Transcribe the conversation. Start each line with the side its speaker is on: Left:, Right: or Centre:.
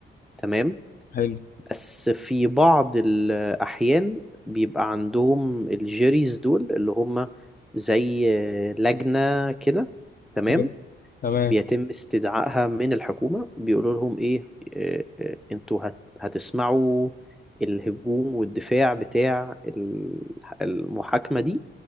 Centre: تمام
Left: حلو
Centre: بس في بعض الأحيان بيبقى عندهم الجيريز دول اللي هم زي لجنة كده تمام
Left: حلو تمام
Centre: بيتم استدعائها من الحكومة بيقولوا لهم إيه آه، آه، أنتوا هت- هتسمعوا الهجوم والدفاع بتاع ال- المحاكمة دي